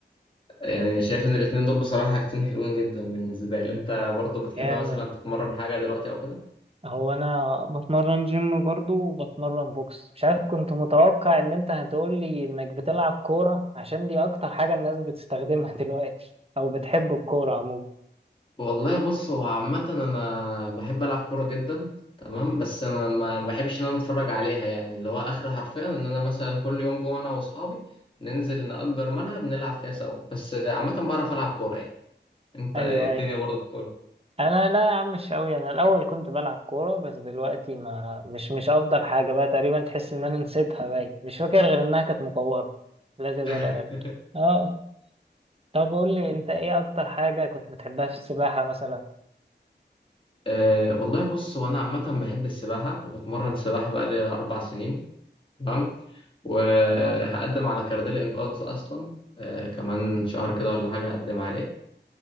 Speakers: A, on the left; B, on the right.
A: يعني شايف إن الاتنين دول بصراحة حاجتين حلوين جدا بالنسبة لي أنت برضه بتحب
B: جامد
A: مثلا تتمرن حاجة دلوقتي أو كده؟
B: هو انا بتمرن جيم برضو وبتمرن بوكس مش عارف كنت متوقع ان انت هتقول لي انك بتلعب كورة عشان دي اكتر حاجة الناس بتستخدمها <laughs> دلوقتي او بتحب الكورة عموما
A: والله بص هو عامة أنا بحب ألعب كورة جدا تمام بس أنا ما بحبش إن أنا أتفرج عليها يعني اللي هو آخر حرفيا إن أنا مثلا كل يوم جوه أنا وأصحابي ننزل نأجر ملعب نلعب فيها سوا بس عامة بعرف ألعب كورة يعني أنت
B: ايوه
A: إيه الدنيا
B: ايوه
A: برضه في كورة
B: انا لا يا عم مش قوي انا الاول كنت بلعب كورة بس دلوقتي ما مش مش افضل حاجة بقى تقريبا تحس ان انا نسيتها باين مش فاكر غير انها كانت مكورة لا زيادة
A: <laughs>
B: ولا أقل اه طب قول لي انت ايه اكتر حاجة كنت بتحبها في السباحة مثلا
A: أه والله بص هو أنا عامة بحب السباحة وبتمرن سباحة بقالي أربع سنين تمام وهقدم
B: الله
A: على كارنيه الإنقاذ أصلا أه كمان شهر كده ولا حاجة هقدم عليه